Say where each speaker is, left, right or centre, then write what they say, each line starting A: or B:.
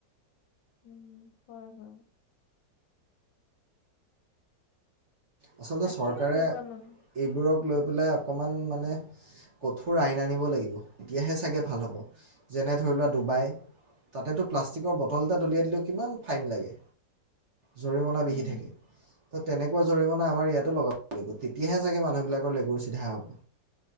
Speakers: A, on the left; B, on the right.
A: উম হয় হয়
B: আচলতে
A: থাকে
B: চৰকাৰে
A: এনেকুৱা মানুহ
B: এইবোৰক লৈ অকণমান মানে কঠোৰ আইন আনিব লাগিব। তেতিয়াহে চাগে ভাল হ'ব। যেনে ধৰি লোৱা ডুবাই তাতেতো প্লাষ্টিকৰ বটল এটা দলিয়াই দিলেও কিমান ফাইন লাগে। জৰিমনা বিহি
A: উম
B: থাকে। ত তেনেকুৱা জৰিমনা আমাৰ ইয়াতো লগাব লাগিব তেতিয়াহে চাগে মানুহবিলাকৰ লেগুৰ চিধা হ'ব।